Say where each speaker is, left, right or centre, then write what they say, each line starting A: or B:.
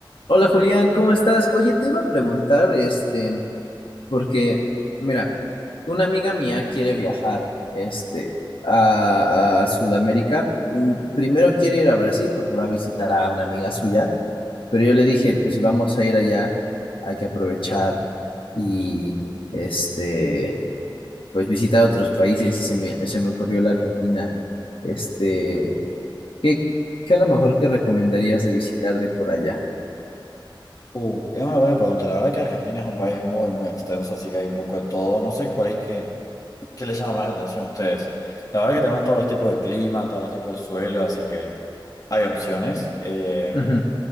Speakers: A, on the left; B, on the left.
A: Hola Julián, ¿cómo estás? Oye, te iba a preguntar, este, porque, mira, una amiga mía quiere viajar, este, a, a Sudamérica y primero quiere ir a Brasil porque va a visitar a una amiga suya, pero yo le dije, pues si vamos a ir allá, hay que aprovechar y, este, pues visitar otros países y se me, se me ocurrió la Argentina. Este, ¿qué, qué a lo mejor que recomendarías de visitar de por allá?
B: Uh, es una buena pregunta. La verdad que Argentina es un país muy, muy extenso, así que hay un poco de todo. No sé por ahí qué, qué les llama más la atención a ustedes. La verdad que tenemos todos los tipos de clima, todos los tipos de suelo, así que hay opciones. Eh,
A: Ujú.